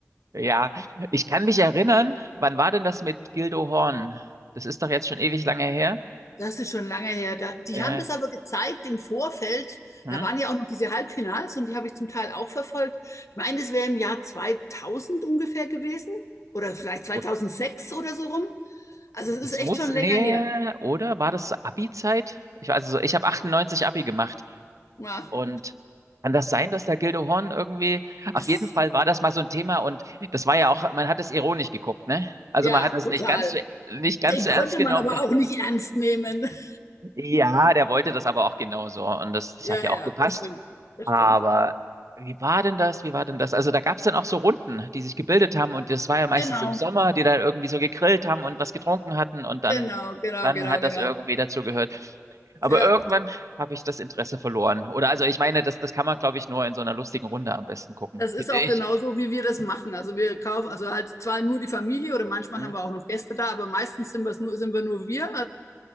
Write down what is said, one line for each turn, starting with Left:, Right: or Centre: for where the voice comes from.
Right: Ja, ich kann mich erinnern, wann war denn das mit Gildo Horn? Das ist doch jetzt schon ewig lange her.
Left: Das ist schon lange her. Da, die
Right: Äh,
Left: haben das aber gezeigt im Vorfeld.
Right: hm?
Left: Da waren ja auch noch diese Halbfinals und die habe ich zum Teil auch verfolgt. Ich meine, das wäre im Jahr 2000 ungefähr gewesen oder vielleicht zweitausendsechs
Right: Oh,
Left: oder so rum. Also es ist
Right: Das muss,
Left: echt schon
Right: nee,
Left: länger her.
Right: oder war das Abi-Zeit? Ich, weiß- also ich habe 98 Abi gemacht.
Left: Ja,
Right: Und kann das sein, dass der Gildehorn irgendwie, auf
Left: das,
Right: jeden Fall war das mal so ein Thema und das war ja auch, man hat es ironisch geguckt, ne? Also
Left: ja,
Right: man hat es
Left: total.
Right: nicht ganz so, nicht ganz
Left: Den
Right: so
Left: konnte
Right: ernst genommen.
Left: man aber auch
Right: <laughs>
Left: nicht ernst nehmen. <laughs>
Right: Ja, der wollte das aber auch genauso und das, das
Left: Ja,
Right: hat ja auch
Left: ja,
Right: gepasst.
Left: das stimmt. Das
Right: Aber
Left: stimmt.
Right: wie war denn das? Wie war denn das? Also da gab es dann auch so Runden, die sich gebildet haben und das war ja meistens
Left: Genau,
Right: im Sommer, die dann irgendwie so gegrillt haben und was getrunken hatten und dann,
Left: genau, genau,
Right: dann
Left: genau,
Right: hat das
Left: genau.
Right: irgendwie dazu gehört. Aber
Left: Ja,
Right: irgendwann habe ich das Interesse verloren. Oder also ich meine, das, das kann man, glaube ich, nur in so einer lustigen Runde am besten gucken,
Left: das
Right: finde
Left: ist auch
Right: ich.
Left: genauso, wie wir das machen. Also wir kaufen, also halt zwar nur die Familie oder manchmal
Right: Hm?
Left: haben wir auch noch Gäste da, aber meistens sind, wir's nur, sind wir nur wir, also